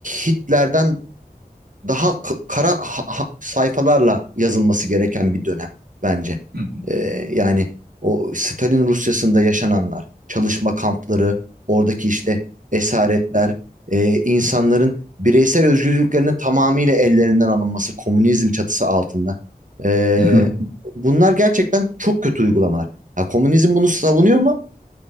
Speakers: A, on the right (about 55°); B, on the right (about 80°).
A: Hitler'den daha k- kara ha- ha- sayfalarla yazılması gereken bir dönem bence.
B: Hı hı.
A: Ee, yani o Stalin Rusyası'nda yaşananlar, çalışma kampları, oradaki işte esaretler, e, insanların bireysel özgürlüklerinin tamamıyla ellerinden alınması, komünizm çatısı altında. Ee,
B: Hı hı.
A: bunlar gerçekten çok kötü uygulamalar. Ha, komünizm bunu savunuyor mu?